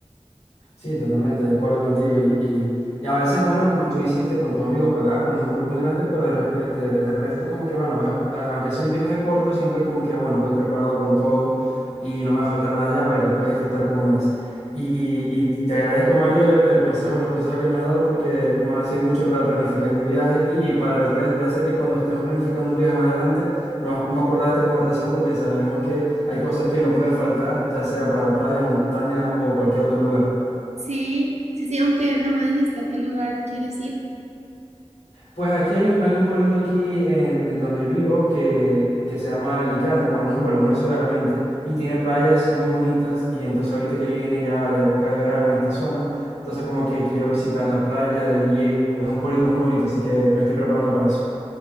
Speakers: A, on the left; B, on the right.
A: Sí, totalmente, de acuerdo contigo. Y, y- y a veces, bueno, como tú hiciste con tus amigos, pagar cuando es un grupo muy grande, pero de, respe- de, de resto, como que, bueno, vas a- a- aunque sea un viaje corto, siempre como que, bueno, voy preparado con todo y no me va a faltar nada ya para que puedas disfrutar como es. Y, y- y te agradezco, María, el, el consejo, los consejos que me has dado porque me va a servir mucho para planificar mi viaje y para el resto. Ya sé que cuando estemos planificando un viaje más adelante, nos vamos a acordar de esta conversación porque sabemos que hay cosas que no pueden faltar, ya sea para playa, montaña o cualquier otro lugar.
B: Sí, sí, sí, aunque no me dijiste a qué lugar quieres ir.
A: Pues aquí hay un, hay un pueblito aquí en, en donde vivo que, que se llama Alicante. Bueno, no es un pueblo, es una ciudad realmente. Y tiene playas muy bonitas. Y entonces ahorita que viene ya la época de verano en esta zona, entonces como que quiero visitar la playa y, y es un pueblito muy bonito. Así que me estoy preparando para eso.